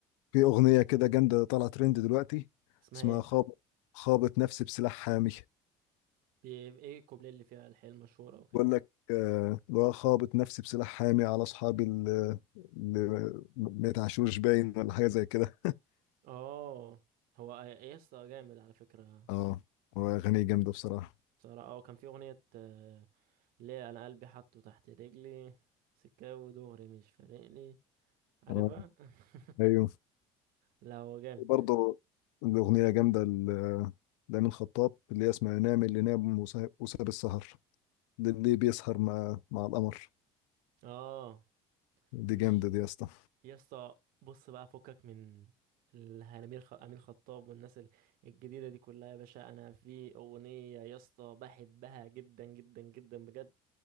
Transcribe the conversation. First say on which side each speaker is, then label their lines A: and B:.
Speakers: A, on the left (about 85°); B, on the right (about 70°).
A: في اغنيه كده جامده طالعه ترند دلوقتي
B: اسمها
A: اسمها
B: ايه
A: خابط خابط نفسي بسلاح حامي
B: بي- ايه إيه الكوبليه اللي فيها الحيل المشهورة وكده
A: بقول لك آه، اللي هو خابط نفسي بسلاح حامي على اصحابي اللي اللي ما يتعشوش باين ولا حاجه زي كده
B: اه هو ايه يا اسطى جامد على فكرة
A: اه هو اغاني جامده بصراحه
B: صراحة اه كان في أغنية آه، ليه انا قلبي حاطه تحت رجلي سكاوي ودغري مش فارقني عارفها
A: آه،
B: <laughs>
A: ايوه
B: لا هو جامد
A: برضه الاغنيه جامده ل- لأمين خطاب اللي هي اسمها نام اللي نام وساب وساب السهر للي بيسهر مع مع القمر
B: اه
A: دي
B: مش
A: جامده دي يا اسطى
B: يا اسطى بص بقى فكك من الامير خ... امين خطاب والناس ال- الجديده دي كلها يا باشا انا في اغنيه يا اسطى بحبها جدا جدا جدا بجد